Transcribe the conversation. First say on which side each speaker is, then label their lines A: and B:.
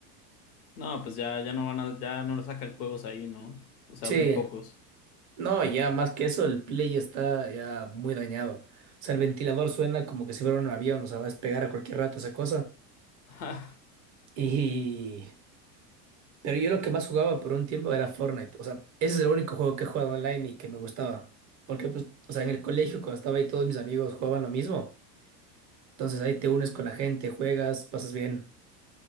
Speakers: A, on the left (about 60°); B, on the right (about 40°).
A: No, pues ya, ya no van a, ya no sacan juegos ahí, ¿no? O sea,
B: Sí,
A: muy pocos.
B: no, ya más que eso, el Play está ya muy dañado. O sea, el ventilador suena como que si fuera un avión, o sea, va a despegar a cualquier rato esa cosa.
A: <laughs>
B: Y... Pero yo lo que más jugaba por un tiempo era Fortnite. O sea, ese es el único juego que he jugado online y que me gustaba. Porque, pues, o sea, en el colegio cuando estaba ahí todos mis amigos jugaban lo mismo. Entonces ahí te unes con la gente, juegas, pasas bien.